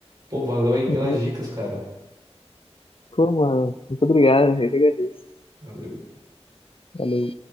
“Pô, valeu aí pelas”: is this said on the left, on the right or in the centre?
Right